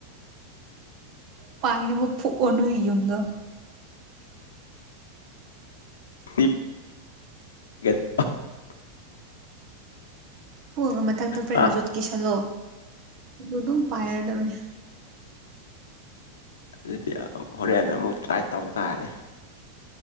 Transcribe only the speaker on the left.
<unintelligible> <inaudible>
ꯍꯥ
ꯑꯁ ꯑꯗꯨꯗꯤ ꯍꯣꯔꯦꯟ ꯑꯃꯨꯛ ꯇ꯭ꯔꯥꯏ ꯇꯧ ꯇꯥꯔꯦ